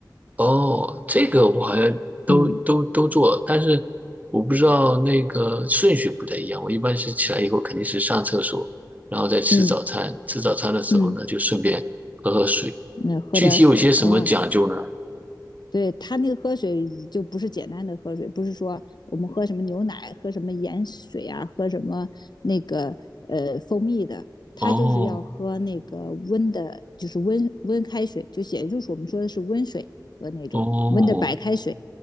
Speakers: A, on the right; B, on the left.
A: 哦，这个我好像都都都做，
B: 嗯
A: 但是我不知道那个顺序不太一样。我一般是起来以后肯定是上厕所，然后再吃早餐，
B: 嗯
A: 吃早餐的时候呢就顺便喝喝水。
B: 嗯，那喝点水啊，
A: 具体有些什么讲究呢？
B: 哦对它那个喝水就不是简单的喝水，不是说我们喝什么牛奶、喝什么盐水啊、喝什么那个呃蜂蜜的，它就是要喝那个温的，
A: 哦
B: 就是温温开水，就也就是我们说的是温水和那种温的白开水。
A: 哦